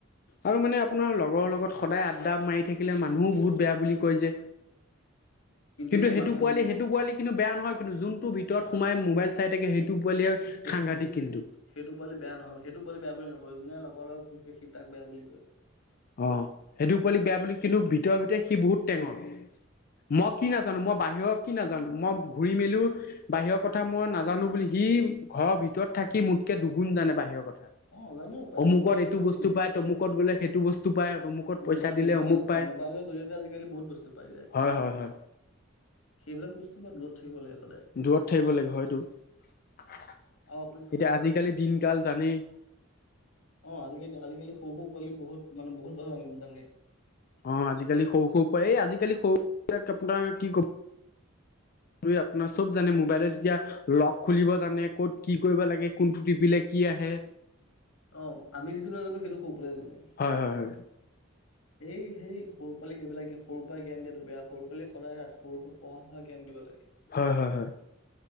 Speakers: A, on the left; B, on the left.
A: আৰু মানে আপোনাৰ লগৰ লগত সদায় আড্ডা মাৰি থাকিলে মানুহো বহুত বেয়া বুলি কয় যে কিন্তু
B: এতিয়া
A: সেইটো
B: মানুহে
A: পোৱালি
B: বুজি
A: সেইটো পোৱালি কিন্তু বেয়া নহয় কিন্তু যোনটো ভিতৰত সোমাই মোবাইল চাই থাকে সেইটো পোৱালিয়ে
B: অ সেইটো
A: সাংঘাতিক
B: সেইটো
A: কিন্তু
B: সেইটো পোৱালি বেয়া নহয় সেইটো পোৱালি বেয়া বুলি নকয় যোনে লগ লগৰৰ লগত ঘূৰি ফুৰে তাক বেয়া বুলি কয়
A: অ সেইটো পোৱালি বেয়া বুলি কিন্তু ভিতৰি ভিতৰি সি বহুত টেঙৰ মই কি নাজানো মই বাহিৰৰ কি নাজানো মই ঘুৰি মেলিও বাহিৰৰ কথা মই নাজানো বুলি সি ঘৰৰ ভিতৰত থাকি মোতকে দুগুণ জানে বাহিৰৰ কথা
B: অ জানিব পাৰে
A: অমুকত
B: মোবাইলৰ
A: এইটো
B: বিষয়ে
A: বস্তু পাই তমুকত গ'লে সেইটো বস্তু পায় অমুকত পইচা
B: মোবাইল
A: দিলে
B: মোবাইল
A: অমুক পায়
B: মোবাইলৰ জৰিয়তে আজিকালি বহুত বস্তু পাই যায়
A: হয় হয় হয়
B: সেইবিলাক বস্তু পা দূৰত থাকিব লাগে সদায়
A: দূৰত থাকিব লাগে হয়টো এতিয়া
B: আৰু আপুনি চাবচোন
A: আজিকালি দিন কাল জানেই
B: অ আজিকালি আজিকালি সৰু সৰু পোৱালি বহুত মানে বহুত জানে <unintelligible>
A: অ আজিকালি সৰু সৰু পৰা এই আজিকালি সৰু বিলাক আপোনাৰ কি কব আপোনাৰ চব জানে মোবাইলত এতিয়া লক খুলিব জানে ক'ত কি কৰিব লাগে কোনটো টিপিলে কি আহে
B: অ আমি যিটো নাজানো সেইটো সৰু পাই জানে
A: হয় হয় হয়
B: সেই সেই সৰু পালিক এইবিলাক সৰুৰ পৰা জ্ঞান দিয়া বেয়া সৰু পালিক সদায় ৰা সৰুৰ পৰা পঢ়া শুনা জ্ঞান দিব লাগে
A: হয় হয় হয়